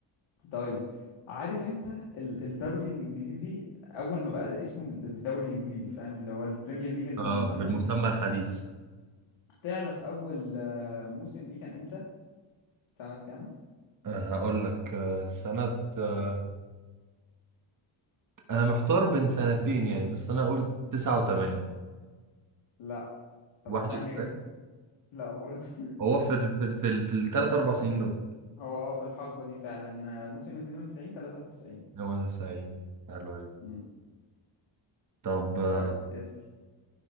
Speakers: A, on the left (about 80°); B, on the right (about 40°).
A: طيب عارف انت ال- الدوري الانجليزي اول ما بقى اسمه الدوري الانجليزي فاهم اللي هو البريمير ليج بالمسمى
B: آه. بالمسمى
A: الجديد
B: الحديث
A: تعرف اول آه، موسم ليه كان امتى سنة كام
B: آه. هقول لك آه. سنة آه. انا محتار بين سنتين يعني بس انا قلت 89
A: لا طب
B: 91
A: التانية ايه لا برضه <laughs>
B: هو في ال... في ال... في, ال... في الثلاث اربع سنين دول
A: هو اه في الحقبة دي فعلا آه، موسم 92 93
B: هو 90 حلوة دي
A: امم
B: طب آه.
A: طيب اسأل